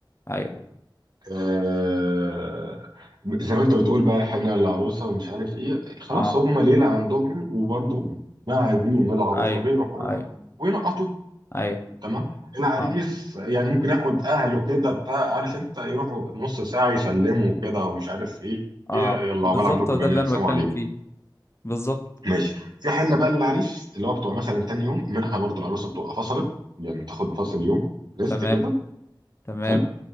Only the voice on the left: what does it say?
ايوه
اه
ايوه
ايوه
ايوه
اه
اه
بالظبط
هو ده
اللي انا
بتكلم
فيه بالظبط
تمام
تمام